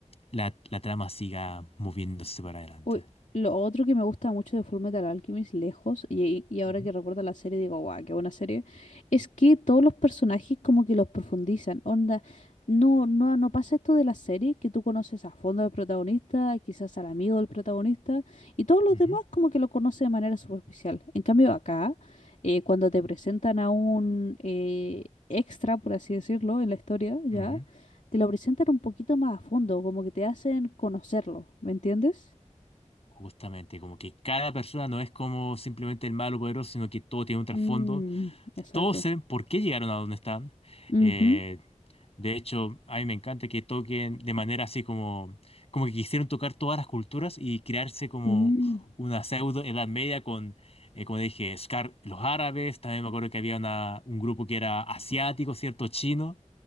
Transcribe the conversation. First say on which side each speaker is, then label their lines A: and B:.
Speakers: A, on the left (about 50°); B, on the left (about 70°).
A: la, la trama siga moviéndose para adelante.
B: Uy, lo otro que me gusta mucho de Fullmetal Alchemist, lejos, y, y ahora
A: Ujú,
B: que recuerdo la serie digo, guau, qué buena serie, es que todos los personajes como que los profundizan, onda, no, no, no pasa esto de la serie, que tú conoces a fondo al protagonista, quizás al amigo del protagonista, y todos los
A: ujú.
B: demás como que lo conoces de manera superficial. En cambio acá, eh, cuando te presentan a un eh, extra, por así decirlo, en la historia, ya,
A: Ujú.
B: te lo presentan un poquito más a fondo, como que te hacen conocerlo, ¿me entiendes?
A: Justamente, como que cada persona no es como simplemente el malo poderoso, sino que todo tiene un trasfondo.
B: Mm, exacto.
A: Todos saben por qué llegaron a donde están.
B: Ujú,
A: Eh, de hecho, a mí me encanta que toquen de manera así como, como que quisieron tocar todas las culturas y crearse como
B: mm,
A: una pseudo Edad Media con, eh, como dije, Scar, los árabes. También me acuerdo que había una- un grupo que era asiático, ¿cierto? Chino.